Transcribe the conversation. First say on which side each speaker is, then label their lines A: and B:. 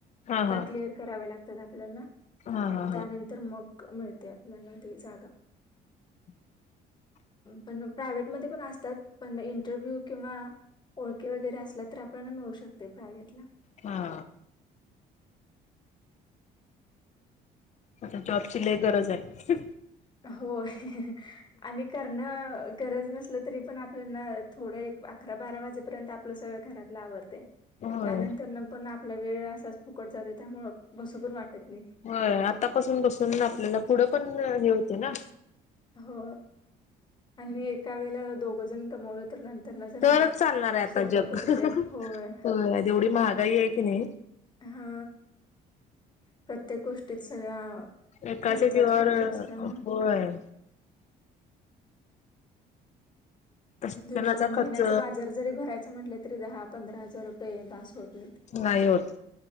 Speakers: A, on the left; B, on the left.
A: हा
B: त्या
A: हा
B: क्लिअर कराव्या लागतात आपल्याला
A: हा हा
B: त्यानंतर मग मिळते आपल्याला ते जागा
A: <unintelligible>
B: पण प्रायव्हेटमध्येध्ये पण असतात पण इंटरव्ह्यू किंवा ओळखी वगैरे असल्या तर आपल्याला मिळू शकते प्रायव्हेट ला
A: हा आता जॉबची ल गरज आहे
B: होय आणि करणं गरज नसल तरी पण आपल्याना थोडं अकरा बारा वाजेपर्यंत आपलं सगळं घरातला आवडते
A: होय.
B: त्यानंतर न पण आपला वेळ असाच फुकट जाते त्यामुळं बसू पण वाटत नाही
A: हो आतापसून बसून आपल्याला पुढं पण नेवते ना
B: हो आणि एका वेळेला दोघजण कमवलं तर नंतर ना जरा
A: तरच चालणार आहे आता
B: सोपं
A: जग
B: पडते होय
A: होय जेवढी महागाई आहे की नाही
B: हा प्रत्येक गोष्टीत सगळ्या
A: एकाच्या
B: खर्चाची
A: जीवावर
B: बाजू असल्यामुळे
A: होय शिक्षणाचा
B: दिवस
A: खर्च
B: महिन्याचा बाजार जरी भरायच म्हटलं तरी दहा पंधरा हजार रुपये बास होत म
A: नाही होत